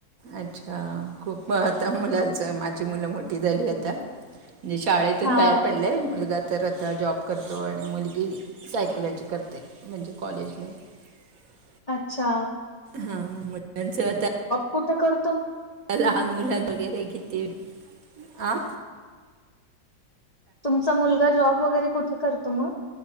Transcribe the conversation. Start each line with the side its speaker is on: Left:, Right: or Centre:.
Right: अच्छा खूप आता मुलांच माझी मुलं मोठी झाली आता म्हणजे शाळेतून
Left: हा
Right: बाहेर पडलेय मुलगा तर आता जॉब करतो आणि मुलगी सायकोलॉजी करते म्हणजे कॉलेजने <unintelligible>
Left: अच्छा.
Right: हा म त्यांचं त्या
Left: कुठं कर.
Right: लहान मुलंनं वगैरे किती अ
Left: तुमचा मुलगा जॉब वगैरे कुठे करतो म